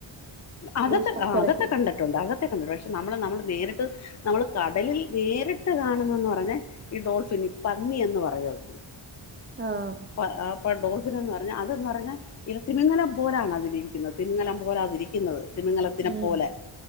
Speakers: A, on the left (about 35°); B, on the right (about 25°).
A: അതൊക്കെ
B: സ്ട്രക്ചറൊക്കെ
A: അതൊക്കെ കണ്ടിട്ടുണ്ട് അതൊക്കെ കണ്ടിട്ടുണ്ട് പക്ഷെ നമ്മൾ നമ്മൾ നേരിട്ട്. നമ്മൾ കടയിൽ നേരിട്ട് കാണുന്നെന്ന് പറഞ്ഞാൽ ഈ ഡോൾഫിൻ ഈ പന്നി എന്ന് പറയും
B: ആഹ്.
A: ഇ ഇപ്പൾ ഡോൾഫിൻ എന്ന് പറഞ്ഞാൽ അതെന്ന് പറഞ്ഞാൽ ത്തിമിങ്ങലം പോലാണ് അതിൽ. തിമിങ്ങലം പോലെ അതിരിക്കുന്നത് തിമങ്ങലത്തിനെ
B: ഉം
A: പോലെ